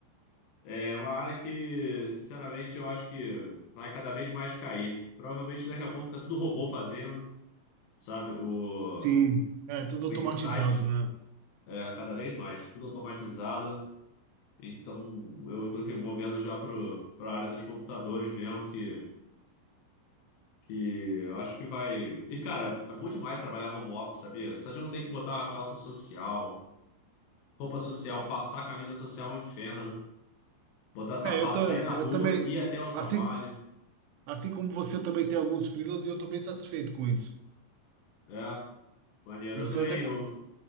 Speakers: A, on the left; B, on the right.
A: é uma área que, sinceramente, eu acho que vai cada vez mais cair. Provavelmente daqui a pouco tá tudo robô fazendo, sabe? O,
B: sim. É tudo
A: o
B: automatizado,
A: insight,
B: né?
A: é, cada vez mais, tudo automatizado. Então, eu estou movendo já para a área dos computadores mesmo, que, que eu acho que vai. E, cara, é bom demais trabalhar home office, sabia? Só de não ter que botar uma calça social, roupa social, passar camisa social é um inferno, botar sapato,
B: É, eu, ta-
A: sair
B: eu
A: na rua,
B: também,
A: ir até o trabalho.
B: assim, assim como você eu também tem alguns freelas e eu tô bem satisfeito com isso.
A: É, maneiro.
B: Não
A: Eu
B: sei
A: também,
B: até.
A: eu
B: co-